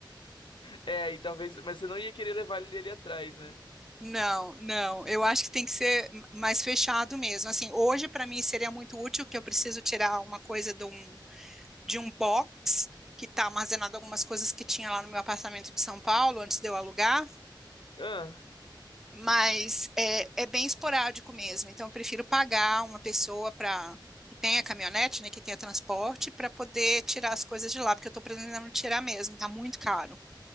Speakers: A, on the left; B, in the centre.
A: É, e talvez. Mas você não ia querer levar ele ali atrás, né?
B: Não, não. Eu acho que tem que ser m- mais fechado mesmo. Assim, hoje para mim seria muito útil que eu preciso tirar uma coisa de um de um box que está armazenado algumas coisas que tinha lá no meu apartamento de São Paulo antes de eu alugar,
A: Ah,
B: mas é, é bem esporádico mesmo. Então eu prefiro pagar uma pessoa para que tenha caminhonete, né, que tenha transporte para poder tirar as coisas de lá, porque eu estou precisando tirar mesmo. Está muito caro.